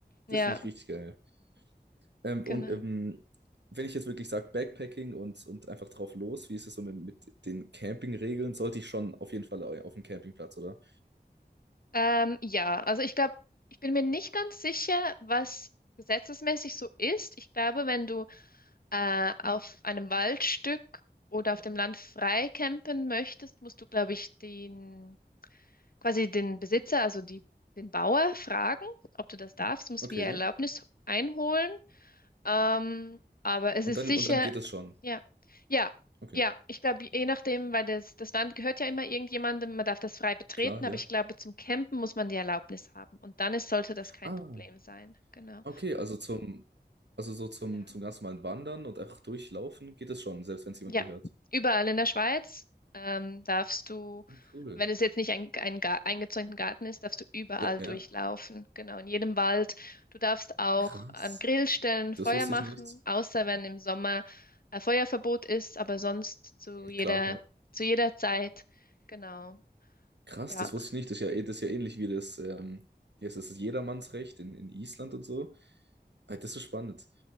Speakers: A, on the left; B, on the right.
A: Ja,
B: Das finde ich richtig geil. Ähm,
A: genau.
B: und ähm, wenn ich jetzt wirklich sage, Backpacking und, und einfach drauf los, wie ist es so mit, mit den Campingregeln? Sollte ich schon auf jeden Fall auf dem Campingplatz, oder?
A: Ähm, ja, also ich glaube, ich bin mir nicht ganz sicher, was gesetzesmäßig so ist. Ich glaube, wenn du äh, auf einem Waldstück oder auf dem Land frei campen möchtest, musst du, glaube ich, den quasi den Besitzer, also die, den Bauer, fragen, ob du das darfst, musst
B: Okay.
A: wie Erlaubnis einholen. Ähm, aber es
B: Und
A: ist
B: dann,
A: sicher,
B: und dann geht es schon.
A: ja, ja,
B: Okay,
A: ja, ich glaube, je nachdem, weil das, das Land gehört ja immer irgendjemandem, man darf das frei betreten,
B: klar,
A: aber
B: ja.
A: ich glaube, zum Campen muss man die Erlaubnis haben und dann ist, sollte das kein
B: Ah,
A: Problem sein. Genau.
B: okay, also zum, also so zum,
A: Ja.
B: zum ganz normalen Wandern und einfach durchlaufen geht es schon, selbst wenn es jemand
A: Ja,
B: gehört.
A: überall in der Schweiz ähm, darfst du,
B: Ah, cool.
A: wenn es jetzt nicht ein, ein Ga- eingezäunten Garten ist, darfst du überall
B: Ja, ja.
A: durchlaufen. Genau, in jedem Wald. Du darfst auch
B: Krass.
A: an Grillstellen
B: Das
A: Feuer
B: wusste
A: machen,
B: ich nicht.
A: außer wenn im Sommer äh, Feuerverbot ist, aber sonst zu jeder,
B: Klar, ja.
A: zu jeder Zeit. Genau,
B: Krass,
A: ja.
B: das wusste ich nicht. Das ist ja, eh- das ist ja ähnlich wie das, ähm, wie heißt das, das Jedermannsrecht in, in Island und so. Ah, Das ist so spannend.